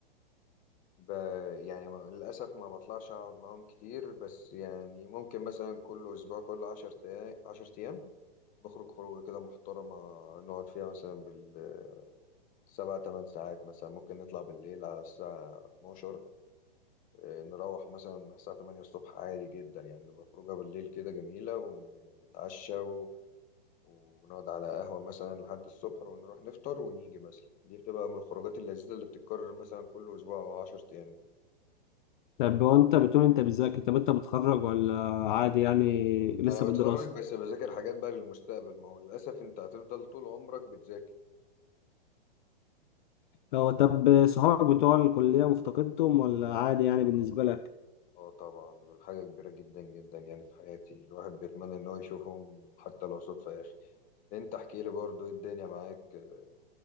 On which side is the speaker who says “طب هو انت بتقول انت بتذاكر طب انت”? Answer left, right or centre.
Left